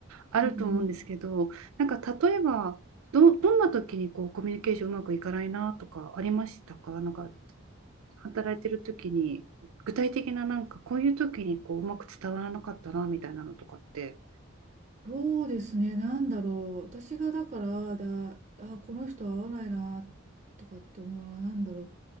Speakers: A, on the right (about 85°); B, on the right (about 35°).
A: あると思うんですけど、
B: うんうん
A: なんか例えば、ど、どんな時にこうコミュニケーションうまくいかないなとかありましたかなんか働いてる時に具体的ななんかこういう時にこううまく伝わらなかったなみたいなのとかって
B: そうですね、なんだろう。私がだから、だ、あ、この人合わないな、とかって思うのは、なんだろう。